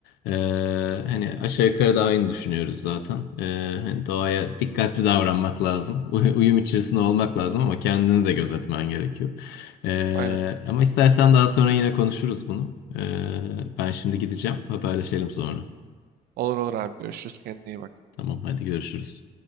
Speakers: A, on the left; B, on the right.
A: E, hani aşağı yukarı da aynı düşünüyoruz zaten. E, hani doğaya dikkatli davranmak lazım. <laughs> Uy- Uyum içerisinde olmak lazım ama kendini de gözetmen gerekiyor. E,
B: Aynen.
A: ama istersen daha sonra yine konuşuruz bunu. E, ben şimdi gideceğim. Haberleşelim sonra.
B: Olur olur abi görüşürüz kendine iyi bak.
A: Tamam hadi görüşürüz.